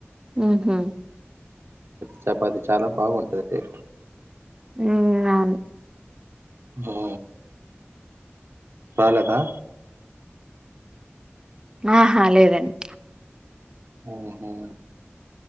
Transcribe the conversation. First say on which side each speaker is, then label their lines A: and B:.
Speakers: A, on the right; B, on the right.
A: ఉహు
B: చపాతి చాలా బాగుంటుంది
A: ఉమ్ అవును
B: ఆ రాలేదా?
A: ఆహా లేదండి.
B: ఆహా